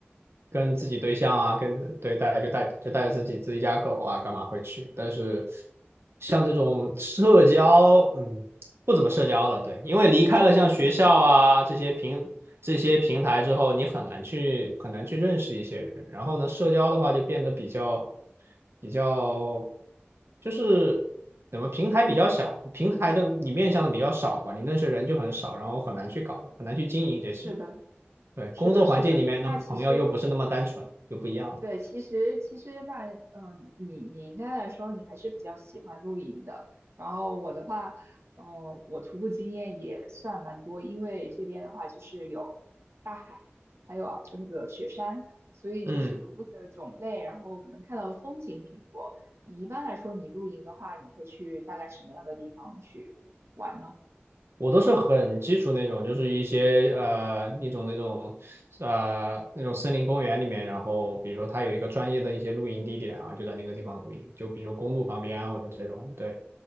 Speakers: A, on the right; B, on the right.
A: 跟自己对象啊，跟对带就带就带着自己自己家狗啊，干嘛会去？但是像这种社交，嗯。不怎么社交了，对，因为离开了像学校啊这些平这些平台之后，
B: 嗯，
A: 你很难去很难去认识一些人。然后呢，社交的话就变得比较比较，就是怎么平台比较小，平台的你面向的比较少吧，你认识人就很少，然后很难去搞，很难去经营这些。
B: 是的，
A: 对，
B: 是的，
A: 工作环境里面的朋友又不是那么单纯，
B: 是的。那其实，
A: 又不一样了。
B: 对，其实其实那，嗯、你你应该来说，你还是比较喜欢露营的。然后我的话，呃，我徒步经验也算蛮多，因为这边的话就是有大海，还有呃那个雪山，所以就是徒步的种类，
A: 嗯。
B: 然后可能看到的风景挺多。你一般来说，你露营的话，你会去大概什么样的地方去玩呢？
A: 我都是很基础那种，就是一些呃一种那种呃那种森林公园里面，然后比如说它有一个专业的一些露营地点啊，就在那个地方露营，就比如公路旁边啊或者这种，对，